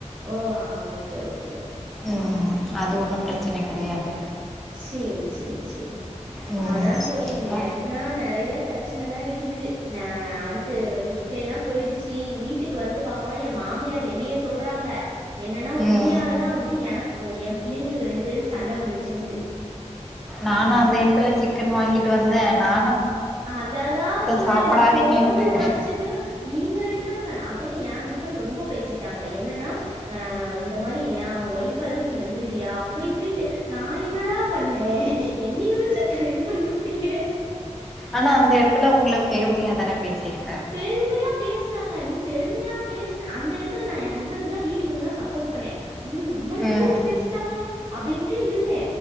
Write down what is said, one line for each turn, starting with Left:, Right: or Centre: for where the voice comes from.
Right: ஓ ஆ ஓகே ஓகே ஓகே
Centre: ம் அது ஒன்னு பிரச்சனை கெடையாது
Right: சேரி சேரி சேரி
Centre: ம்
Right: அதா தோழி இது
Centre: அ
Right: எனக்குனா நெறைய பிரச் ச்சனலா இருக்கு அ அடுத்து டிஸ்ப்ளேனா போயிடுச்சு வீட்டுக்கு வந்து பாக்குறோ எ மாமி ஏ அது என்னைய சொல்றாங்க என்னன்னா ஓன்னையாலதா
Centre: ம்
Right: வந்து எனக்கு எ பிள்ளைங்களுக்கு ரெண்டு பேருக்கு சண்ட வந்துருச்சுன்ட்டு
Centre: நானு அந்த எடத்துல சிக்கன் வாங்கிட்டு வந்தே நா
Right: அத தா சொல்றே
Centre: சாப்பிடாதீங்கன்ட்டு
Right: ஃபோன ஒடச்சது நீங்க ரெண்டு பேருசன அது எ ஹஸ்பண்ட் ரொம்ப பேசிட்டாங்க என்னன்னா அ இந்த மாரி எ ஒய்ஃப் அளவுக்கு நீ வந்துருவியா அப்டிப்டின் ட்ரு நா என்னடா பண்ணே என்னைய வச்சு கைது பண்ணி விட்டீங்களே
Centre: ஆனா அந்த எடத்துல உங்ள பெருமைய தானே பேசிருக்
Right: பெருமையா பேசுனாங்க நீ பெருமையா பேசுன அந்த எடத் ல நா எ ஹஸ்பண்ட்க்கு தா வீட்டுக்கு வந்து நா சப்போர்ட் பண்ணே ஐயோ நம்மள பத்தி
Centre: ம்
Right: இப்டி பேசிட்டாங்களே அப்டின்ட்டு இருந்தே